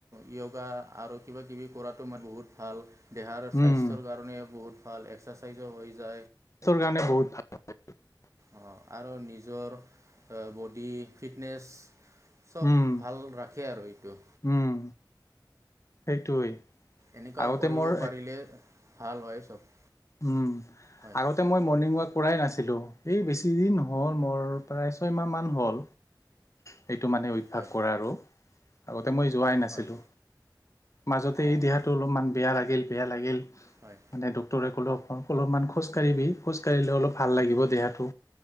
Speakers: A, on the right (about 40°); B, on the left (about 40°).
A: য়োগা আৰু কিবা-কিবি কৰাতো মাত বহুত ভাল। দেহা আৰু স্বাস্থ্যৰ
B: উম
A: কাৰণে বহুত ভাল। এক্সাৰচাইজো হৈ যায়
B: স্বাস্থ্যৰ কাৰণে বহুত ভাল <unintelligible>
A: অহ 'আৰু নিজৰ বডি ফিটনেছ চব
B: উম
A: ভাল ৰাখে আৰু এইটো
B: উম সেইটোৱেই।
A: এনেকুৱা
B: আগতে
A: কৰিব
B: মোৰ
A: পাৰিলে ভাল হয় চব।
B: উম।
A: হয়
B: আগতে মই মৰ্ণিং ৱাক কৰাই নাছিলোঁ। এই বেছি দিন হ'ল মোৰ প্ৰায় ছয়মাহ মমান হ'ল। সেইটো মানে অভ্যাস
A: হয়
B: কৰা আৰু। আ মই যোৱাই নাছিলো।
A: হয়
B: মাজতে
A: অঁ
B: এই দেহাটো অলপমান বেয়া লাগিল, বেয়া লাগিল
A: হয়
B: মানে দু ডাক্তৰে ক'লে অ' অলপমান খোজকাঢ়িবি। খোজ কাঢ়িলে অলপ ভাল লাগিব দেহাটো